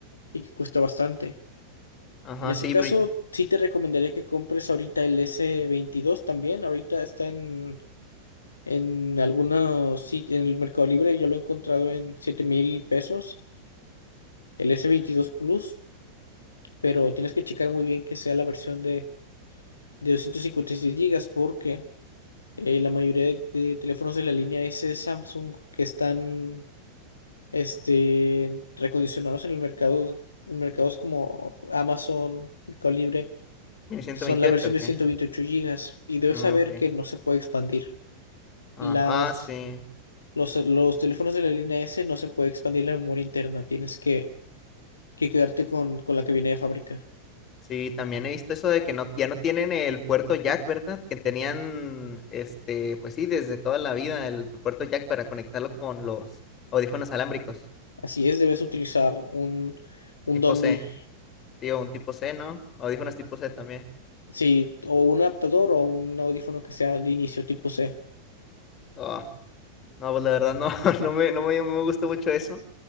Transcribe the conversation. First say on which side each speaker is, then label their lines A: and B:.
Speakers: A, on the left; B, on the left.
A: y que cuesta bastante.
B: Ajá,
A: En ese
B: sí,
A: caso,
B: pero
A: sí te recomendaría que compres ahorita el s veintidós también. Ahorita está en, en algunos sitios, en el Mercado Libre, yo lo he encontrado en siete mil pesos, el s veintidós Plus, pero tienes que checar muy bien que sea la versión de, de 256 gigas porque eh, la mayoría de, de teléfonos de la línea S de Samsung que están este, recondicionados en el mercado, en mercados como Amazon, Mercado Libre
B: ¿viene 128
A: Son la versión
B: o
A: de
B: qué?
A: 128 gigas y debes
B: Ah,
A: saber
B: ok.
A: que no se puede expandir.
B: Ah,
A: Las,
B: ah, sí.
A: los, los teléfonos de la línea S no se puede expandir la memoria interna, tienes que, que quedarte con, con la que viene de fábrica.
B: Sí, también he visto eso de que no, ya no tienen el puerto Jack, ¿verdad? Que tenían, este, pues sí, desde toda la vida el puerto Jack para conectarlo con los audífonos alámbricos,
A: Así es, debes utilizar un, un
B: tipo
A: dongle,
B: C, sí, o un tipo C, ¿no? Audífonos tipo C también.
A: sí, o un adaptador o un audífono que sea de inicio tipo C.
B: Oh, no, pues la verdad no, <laughs> no me, no me, no me gustó mucho eso,